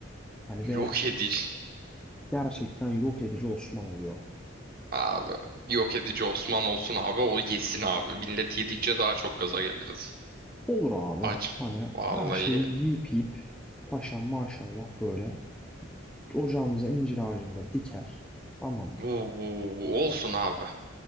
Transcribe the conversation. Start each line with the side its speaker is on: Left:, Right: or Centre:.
Centre: Hani
Right: Yok
Centre: ve
Right: edici
Centre: gerçekten yok edici Osman oluyor.
Right: abi. Yok edici Osman olsun abi o yesin abi. Millet yedikçe daha çok gaza geliriz.
Centre: Olur abi.
Right: Acı.
Centre: Hani
Right: Vallahi.
Centre: her şeyi yiyip yiyip paşam maşallah böyle ocağımıza incir ağacında diker. Tamam
Right: Uuu,
Centre: mı?
Right: olsun abi.